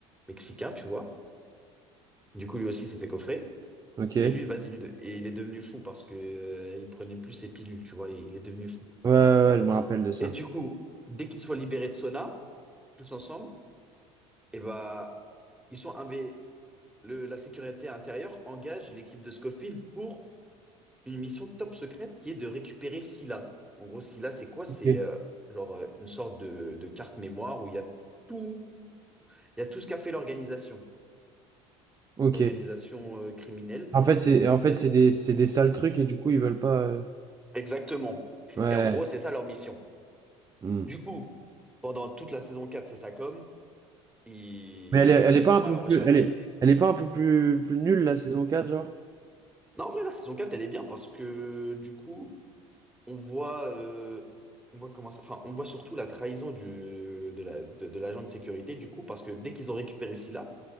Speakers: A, in the centre; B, on the right (about 25°).
A: mexicain, tu vois. Du coup lui aussi s'est fait coffrer.
B: Ok. Ouais,
A: Mais lui, vas-y, lui, de- et il est devenu fou parce que euh, il prenait plus ses pilules, tu vois, il, il est devenu fou.
B: ouais, ouais, je me rappelle de ça.
A: Et du coup, dès qu'ils soient libérés de Sona, tous ensemble, et bah ils sont inv- le, la sécurité intérieure engage l'équipe de Scofield pour une mission top secrète qui est de récupérer Scylla. En gros, Scylla, c'est quoi? C'est
B: Ok.
A: euh, genre euh, une sorte de, de carte mémoire où il y a tout, il y a tout ce qu'a fait l'organisation,
B: Ok.
A: l'organisation euh, criminelle.
B: En fait, c'est
A: Il,
B: en fait,
A: il y a
B: c'est des, c'est des sales trucs et du coup, ils veulent pas. euh,
A: exactement.
B: Ouais.
A: Et en gros, c'est ça leur mission.
B: Hmm.
A: Du coup, pendant toute la saison 4, c'est ça comme ils,
B: Mais elle est, elle est pas
A: ils sont
B: un peu
A: à la
B: plus.
A: recherche.
B: Elle
A: et-
B: est,
A: et-
B: elle est pas un peu plus, plus nulle, la saison quatre genre?
A: Non, en vrai, la saison 4, elle est bien parce que du coup, on voit, euh, on voit comment ça, enfin, on voit surtout la trahison du, de la, de, de l'agent de sécurité, du coup, parce que dès qu'ils ont récupéré Scylla,